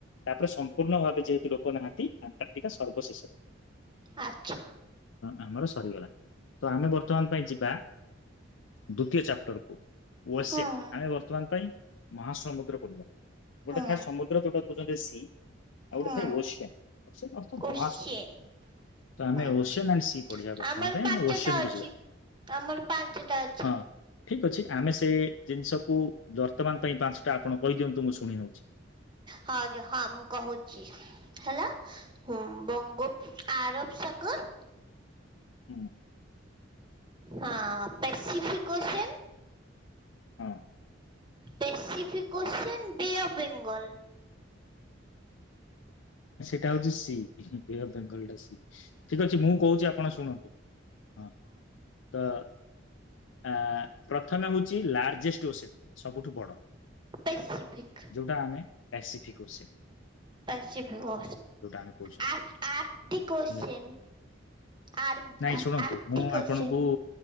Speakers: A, on the left (about 70°); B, on the right (about 25°).
A: ତାପରେ ସମ୍ପୂର୍ଣ୍ଣ ଭାବେ ଯେହେତୁ ଲୋକ ନାହାନ୍ତି ଆଣ୍ଟାର୍ଟିକ ସର୍ବଶେଷରେ।
B: ଆଚ୍ଛା।
A: ଆମର ସରିଗଲା। ତ ଆମେ ବର୍ତ୍ତମାନ ପାଇଁ ଯିବା ଦ୍ଵିତୀୟ ଚାପ୍ଟର କୁ। ଓସେଫ
B: ହଁ
A: ଆମେ ବର୍ତ୍ତମାନ ପାଇଁ ମହାସମୁଦ୍ର ପଢିବା ଗୋଟେ
B: ହଁ
A: ଥାଏ ସମୁଦ୍ର ଯୋଉଟା <unintelligible> ସି ଆଉ
B: ହଁ
A: ଗୋଟେ ଥାଏ ଓସିଆ ଅର୍ଥା ମହା।
B: ଓସିଆନ୍
A: <unintelligible> ତ ଆମେ
B: ହଁ
A: ଓସିଆନ୍ ଆଣ୍ଡ ସି ପଢିବା ବର୍ତ୍ତମାନ
B: ଆମର
A: ପାଇଁ
B: ପାଞ୍ଚଟା
A: ଆମେ ଓସିଆନକୁୁ
B: ଅଛି।
A: ଯିବା।
B: ଆମର ପାଞ୍ଚଟା ଅଛି।
A: ହଁ ଠିକ ଅଛି ଆମେ ସେ ଜିନିଷକୁ ବର୍ତ୍ତମାନ ପାଇଁ ପାଞ୍ଚଟା ଆପଣ କହିଦିଅନ୍ତୁ ମୁଁ ଶୁଣି ନଉଛି।
B: ହ ଯ ହଁ ମୁଁ କହୁଛି ହେଲା। ହୁଁ ବଙ୍ଗୋପ ଆରବ ସାଗର
A: ହୁଁ।
B: ହଁ ପେସିଫିକୋସନ।
A: ହଁ।
B: ପେଷିଫିକୋସନ ବେ ଅଫ ବେଙ୍ଗଲ।
A: ଏଇଟା ହଉଛି ସି। ବେଅଫ ବେଙ୍ଗଲଟା ସି ଠିକ ଅଛି ମୁଁ କହୁଛି ଆପଣ ଶୁଣନ୍ତୁ ହଁ। ତ ଆ ପ୍ରଥମେ ହଉଛି ଲାର୍ଜେଷ୍ଟ ଓଷେମ ସବୁଠୁ ବଡ।
B: ପେସିଫିକ୍
A: ଯୋଉଟା ଆମେ ପାସିଫିକ କୋଷଚେନ।
B: <unintelligible> ପଶ୍ଚିମୀ କ
A: ଆମେ କହୁଛନ୍ତି
B: ଆ ଆଠି କୋଶ୍ଚୈନ।
A: ହେଲା।
B: ଆର
A: ନାଇଁ ଶୁଣନ୍ତୁ
B: ଆରଟି
A: ମୁଁ
B: କୋଷଚେନ।
A: ଆପଣଙ୍କୁ